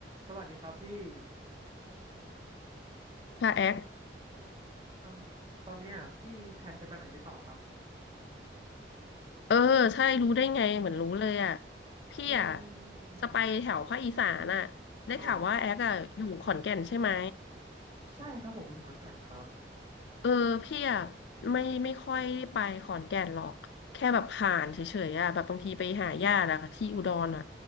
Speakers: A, on the right; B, on the left.
A: สวัสดีครับพี่
B: ค่ะแอค
A: อืมตอนเนี้ยพี่มีแผนจะไปไหนหรือเปล่าครับ
B: เออใช่รู้ได้ไงเหมือนรู้เลยอ่ะพี่อ่ะ
A: อืม
B: จะไปแถวภาคอีสานอ่ะได้ข่าวว่าแอคอ่ะอยู่ขอนแก่นใช่ไหม
A: อ๋อใช่ครับผมอยู่ขอนแก่นครับ
B: เออพี่อ่ะไม่ไม่ค่อยได้ไปขอนแก่นหรอกแค่แบบผ่านเฉยๆอ่ะแบบบางทีไปหาญาติอะค่ะที่อุดรอ่ะ